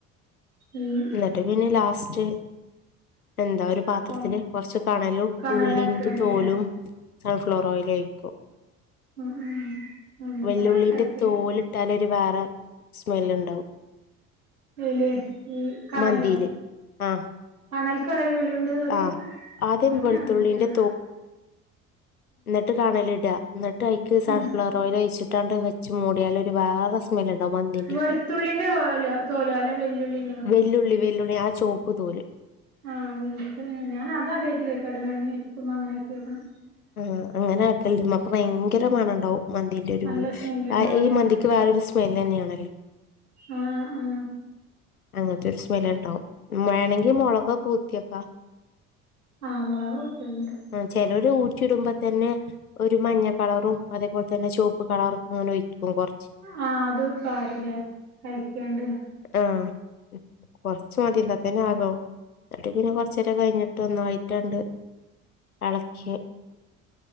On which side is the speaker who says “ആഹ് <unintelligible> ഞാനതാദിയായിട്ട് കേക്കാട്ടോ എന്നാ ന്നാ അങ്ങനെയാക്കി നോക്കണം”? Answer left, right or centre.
Right